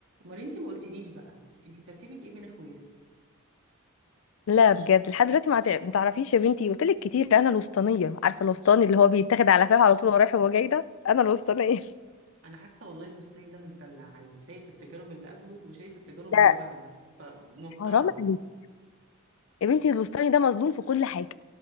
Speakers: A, on the right; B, on the left.
A: امال انتي ما قلتليش بقى انتي ترتيبك ايه بين اخواتك
B: لا بجد لحد دلوقتي ما تع- ما تعرفيش يا بنتي قلت لك كتير انا الوسطانيه عارفه الوسطاني اللي هو بيتاخد على فاهم على طول وهو رايح وهو جاي ده انا الوسطانيه
A: انا حاسه والله المستني ده متدلع عادي شايف التجارب اللي قبله وشايف التجارب
B: لا
A: اللي بعده فمتعظ
B: حرام عليك يا بنتي الوسطاني ده مظلوم في كل حاجه